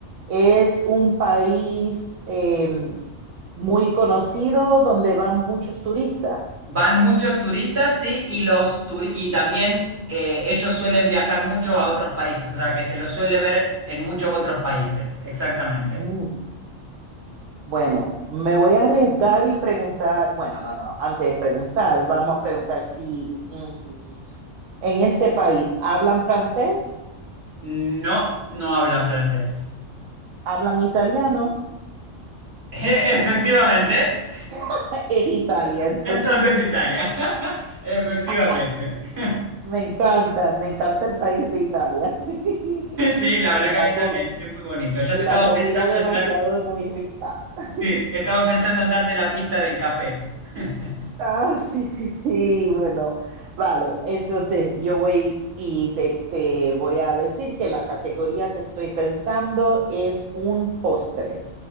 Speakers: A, on the right (about 80°); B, on the right (about 55°).
A: es un país em, muy conocido donde van muchos turistas.
B: Van muchos turistas, sí, y, los turi- y también eh, ellos suelen viajar mucho a otros países, o sea que se los suele ver en muchos otros países, exactamente.
A: Mm, Bueno, me voy a arriesgar y preguntar, bueno, no, no, antes de preguntar, vamos a preguntar si mm, en este país hablan francés,
B: No, no hablan francés.
A: hablan italiano,
B: <laughs> Efectivamente.
A: <laughs> es Italia, entonces.
B: Entonces Italia. <laughs> Efectivamente.
A: <laughs>
B: <laughs>
A: Me encanta, me encanta el país de Italia. <laughs>
B: Sí, la verdad
A: Y
B: que
A: la,
B: a mí
A: co-
B: también, es muy bonito. Ya
A: y
B: te
A: la
B: estaba
A: comida
B: pensando
A: demasiado
B: en dar,
A: es muy rica. <laughs>
B: sí, estaba pensando en darte la pista del café. <laughs>
A: Ah, sí, sí, sí, bueno, vale. Entonces yo voy y te, te voy a decir que la categoría que estoy pensando es un postre.